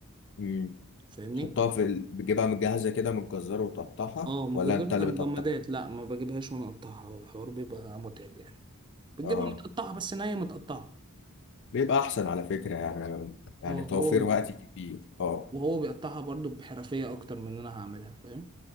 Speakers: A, on the left; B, on the right.
A: امم
B: فاهمني
A: تحطها في ال... بتجيبها متجهزة كده من الجزار وتقطعها
B: اه من
A: ولا
B: الجزار
A: انت
B: بتاع
A: اللي
B: المجمدات
A: بتقطعها
B: لا ما بجيبهاش وانا اقطعها الحوار بيبقى متعب يعني بتجيبها
A: اه
B: متقطعه بس نيه متقطعه
A: بيبقى احسن على فكرة يعني يعني
B: اه
A: توفير
B: هو
A: وقت كبير اه
B: وهو بيقطعها برضو بحرفيه اكتر من ان انا هعملها فاهم